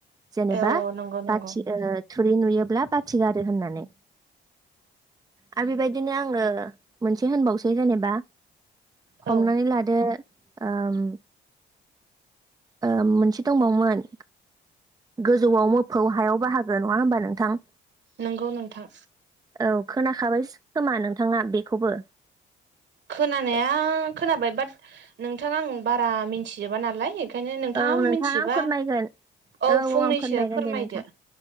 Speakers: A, on the right; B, on the right.
A: जेनेबा
B: औ नंगौ नंगौ
A: बाथि ओ थुरि नुयोब्ला बाथिगारो होननानै आरो बेबायदिनो आङो मोनसे होनबावसै जेनेबा हमनानै
B: औ
A: लादो ओम ओम मोनसे दंबावोमोन गोजौआव मोफौ हायाव बाहागो नङा होमबा नोंथां?
B: नोंगौ नोंथां।
A: औ खोनाखाबाय खोमा नोंथाङा बेखौबो
B: खोनानाया खोनाबाय बाट नोंथां आं बारा मिथिजोबा नालाय ओंखायनो नोंथाङा
A: औ नोंथां
B: मिथिबा
A: आं फोरमायगोन
B: औ
A: औ
B: फंनैसो
A: औ आं फोरमायगोन
B: फोरमायदो
A: दे नोंथां